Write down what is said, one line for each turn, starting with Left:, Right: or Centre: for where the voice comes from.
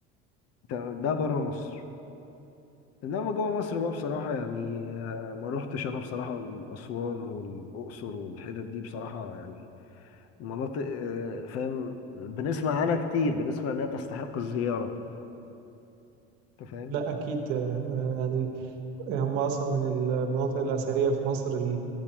Left: ده ده برا مصر إنما جوا مصر بقى بصراحة يعني آه، ما روحتش أنا بصراحة أسوان والأقصر والحتت دي بصراحة يعني مناطق آه، فاهم بنسمع عنها كتير بنسمع انها تستحق الزيارة انت فاهم
Right: لا أكيد آه، يعني هم أصلا من المناطق الأثرية في مصر